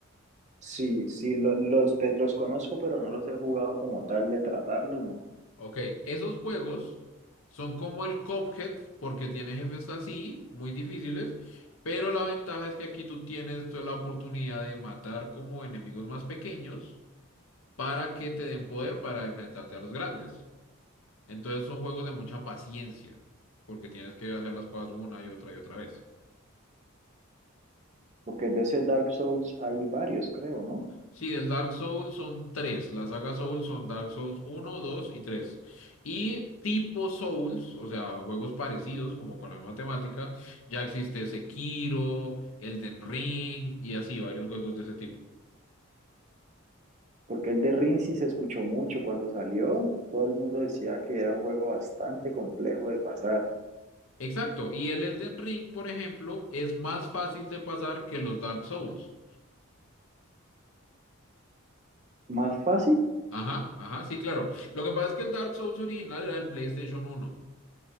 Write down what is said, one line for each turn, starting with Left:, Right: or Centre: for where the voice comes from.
Right: Sí, sí, lo- los, pues, los conozco, pero no los he jugado como tal de tratarlos, ¿no?
Left: Ok, esos juegos son como el Cuphead, porque tiene jefes así, muy difíciles, pero la ventaja es que aquí tú tienes toda la oportunidad de matar como enemigos más pequeños para que te den poder para enfrentarte a los grandes. Entonces son juegos de mucha paciencia, porque tienes que hacer las cosas una y otra y otra vez.
Right: Porque de ese Dark Souls hay varios, creo, ¿no?
Left: Sí, el Dark Souls son tres. La saga Souls son Dark Souls uno, dos y tres. Y tipo Souls, o sea, juegos parecidos, como con la misma temática, ya existe Sekiro, Elden Ring y así varios juegos de ese tipo.
Right: Porque el de Rin sí se escuchó mucho cuando salió, todo el mundo decía que era un juego bastante complejo de pasar.
Left: Exacto, y el Elden Ring, por ejemplo, es más fácil de pasar que los Dark Souls.
Right: ¿Más fácil?
Left: Ajá, ajá, sí, claro. Lo que pasa es que el Dark Souls original era el PlayStation uno.